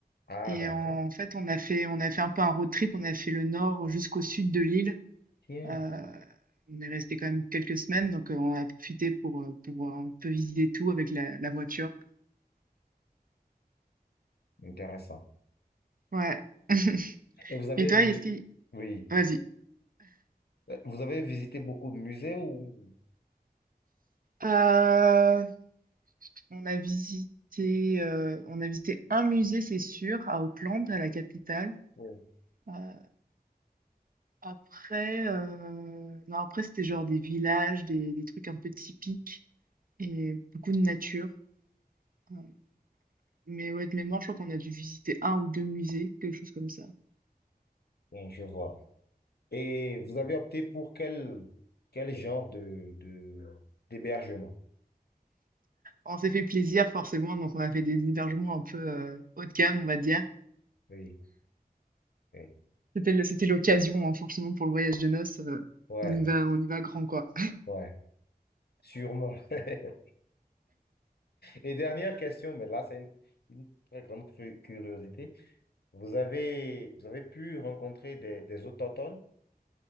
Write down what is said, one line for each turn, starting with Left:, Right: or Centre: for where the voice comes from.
Left: Ah,
Right: et
Left: d'accord.
Right: en fait, on a fait, on a fait un peu un road trip. On a fait le nord jusqu'au sud de l'île.
Left: Tiens,
Right: Euh, on est resté quand même quelques semaines, donc euh, on a profité pour, euh, pour euh, un peu visiter tout avec la, la voiture.
Left: intéressant.
Right: Ouais. <laughs>
Left: Et vous avez
Right: Et toi,
Left: vu,
Right: est-ce qu'il...
Left: oui.
Right: Vas-y.
Left: Ben, Vous avez visité beaucoup de musées ou...
Right: Euh, on a visité, euh, on a visité un musée, c'est sûr, à Auckland, à la capitale.
Left: Oui,
Right: Euh, Après, heu, non, après, c'était genre des villages, des des trucs un peu typiques et beaucoup de nature. Heu, mais ouais, de mémoire, je crois qu'on a dû visiter un ou 2 musées, quelque chose comme ça.
Left: bon, je vois. Et vous avez opté pour quel, quel genre de, de, d'hébergement?
Right: On s'est fait plaisir forcément, donc on a fait des hébergements un peu, heu, haut de gamme, on va dire.
Left: Oui, oui.
Right: C'était le c'était l'occasion, hein, forcément pour le voyage de noces, heu,
Left: Ouais,
Right: on y va on y va grand, quoi.
Left: ouais, sûrement. <laughs> Et dernière question, mais là, c'est une, une très grande cu- curiosité. Vous avez, vous avez pu rencontrer des, des autochtones?